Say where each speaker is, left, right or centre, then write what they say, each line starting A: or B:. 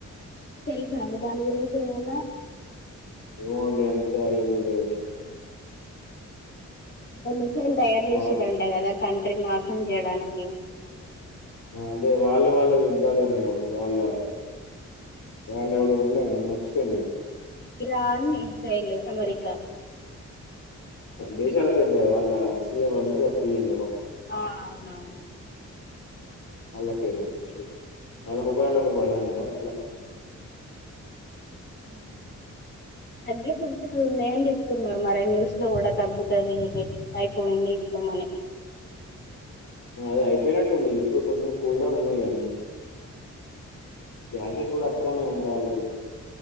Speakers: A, on the left; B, on the left.
A: తెలుసా అండి దాని గురించి ఏమైనా
B: ఏమో అండీ అంత ఎంతెలువదండి
A: అంటే మిషిన్ తయారు చేసిరంట
B: వాళ్ళ
A: కదా కంట్రీ నాశనం చేయడానికి
B: అదే వాళ్ళ వాళ్ళ యుద్దలు జరిగినయంట వాళ్ళ వాళ్ళు ఎవళ ఉండే ను మర్చిపోయినా నేను
A: ఇరాన్ ఇజ్రయల్ అమెరికా
B: దేశాల పేర్లు కాదు వాళ్ళ సీఎం అంటారు కదా పిఎం
A: ఆ అవునవును
B: వాళ్ళ పేర్లు చెప్పు వాళ్ళకి ఒకరు అంటే ఒకరు పడదంట అట్లా
A: ఉమ్ తగ్గే సూచనలు ఉన్నాయని చెప్తున్నారు మరి న్యూస్ లో కూడా తగ్గుతుంది అయిపోయింది యుద్ధం అని <unintelligible>
B: అది అయిపోయినట్టుంది ఇప్పుడు కొంచెం కూల్ డౌన్ అయింది కా గ్యాసెస్ కూడా వస్తానే అంట ఆల్రెడీ